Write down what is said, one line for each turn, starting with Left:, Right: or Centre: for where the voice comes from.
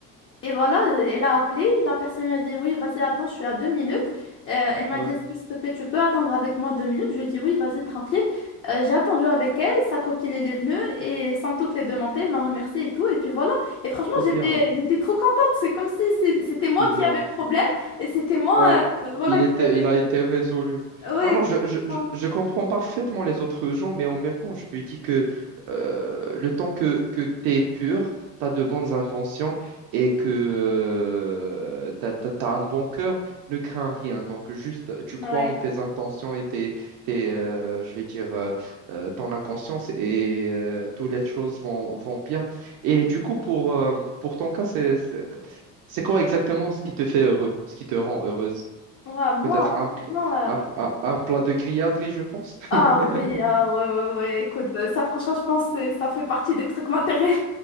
Left: et voilà, elle a appelé, la personne lui a dit, oui, vas-y, attends, je suis à deux minutes. Euh, elle m'a
Right: ouais.
Left: dit, est-ce que, s'il te plaît, tu peux attendre avec moi deux minutes? Je lui ai dit, oui, vas-y, tranquille. Euh, j'ai attendu avec elle, sa copine, elle est venue, et sans toutes les demander, elle m'a remerciée et tout. Et puis voilà, et franchement,
Right: C'est
Left: j'étais,
Right: bien,
Left: j'étais trop contente. C'est comme si c'est- c'était moi
Right: c'est bien.
Left: qui avais le problème, et c'était moi,
Right: Ouais,
Left: euh, voilà,
Right: il
Left: qui
Right: était,
Left: avait...
Right: il a été résolu.
Left: Ouais,
Right: Non, non,
Left: exactement.
Right: je, je, je je comprends parfaitement les autres gens, mais en même temps, je me dis que euh, le temps que, que tu es pur, tu as de bonnes intentions et que euh, tu as, un bon cœur, ne crains rien. Donc, juste, tu crois
Left: Ouais.
Right: en tes intentions et tes, tes, euh, je vais dire, euh, euh, ton inconscience et euh, toutes les choses vont, vont bien. Et du coup, pour, euh, pour ton cas, c'est, c'est quoi exactement ce qui te fait heureux, ce qui te rend heureuse?
Left: Ouais, moi,
Right: Peut-être un,
Left: franchement... euh,
Right: un, un- un plat de grilladerie, je pense. <laughs>
Left: Ah oui, ah ouais, ouais, ouais, écoute, euh, ça franchement, je pense que c'est- ça fait partie des trucs matériels.